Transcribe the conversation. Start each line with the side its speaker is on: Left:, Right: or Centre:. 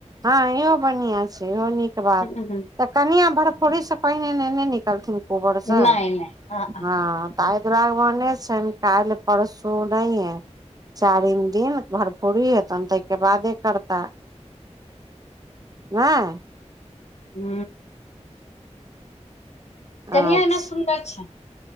Right: ह इहो बढ़िआ छै इहो नीक बात
Left: हूँ हूँ
Right: तऽ कनिआ भरफोरीसँ पानि एनेने निकलथिन कोबरसँ
Left: नहि नहि आ
Right: ह ताहि दुरागमने छै काल्ल परसू नहि चारिम दिन भरपूरी हेतनि ताहिके बादे करताह ह
Left: हू
Right: अच्छा
Left: कनिआ एना सुन्दर छै